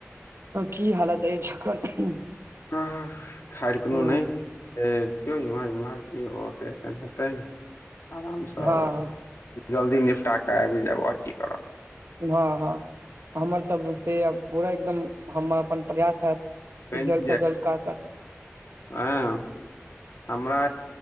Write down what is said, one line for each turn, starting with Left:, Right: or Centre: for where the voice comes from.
Right: की हालत अछि
Left: आ खाइर कोनो
Right: हूँ
Left: नहि से देखियौ इमहर इमहर जे होबअके हेतइन से हेतै आरामसँ
Right: हँ
Left: जल्दी निपटा कऽ आबि जायब आओर की करब
Right: हँ हँ हमर तऽ से आ पूरा एकदम हम अपन प्रयास हैत की
Left: बैंक
Right: जल्द
Left: जाय
Right: स जल्द काज ताज
Left: हँ हमरा